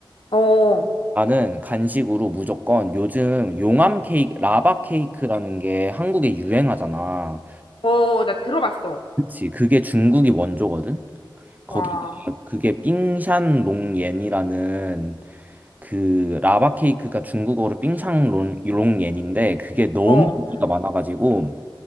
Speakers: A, on the left; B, on the right.
A: 어,
B: 나는 간식으로 무조건 요즘 용암 케이크, 라바 케이크라는 게 한국에 유행하잖아.
A: 어, 나 들어봤어.
B: 그치. 그게 중국이 원조거든? 거기가
A: 와,
B: 그게 삥샨롱옌이라는 그 라바 케이크가 중국어로 삥샹롱옌인데 그게 너무
A: 어,
B: 인기가 많아가지고